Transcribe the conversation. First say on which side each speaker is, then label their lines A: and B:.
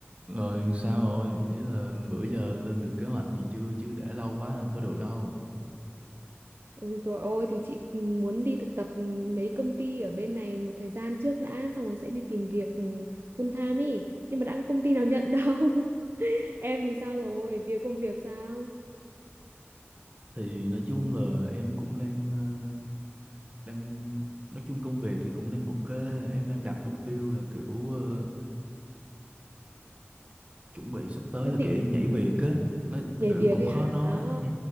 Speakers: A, on the right; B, on the right.
A: Rồi sao rồi? Ý là bữa giờ lên được kế hoạch gì chưa? Chứ để lâu quá là không có được đâu.
B: Ôi dồi ôi thì chị ừ, muốn đi thực tập mấy công ty ở bên này một thời gian trước đã xong rồi sẽ đi tìm việc ừ, full time ý nhưng mà đã có công ty nào nhận đâu <laughs> em thì sao rồi việc công việc sao
A: Thì nói chung là em cũng đang ờ, đang nói chung công việc thì cũng đang ok. Em đang đặt mục tiêu là kiểu ờ, chuẩn bị sắp tới
B: có
A: là
B: định
A: kiểu em nhảy
B: ừ,
A: việc á. Nói
B: nhảy
A: kiểu
B: việc
A: cũng
B: ấy
A: khó
B: hả
A: nói.
B: à
A: Ừ,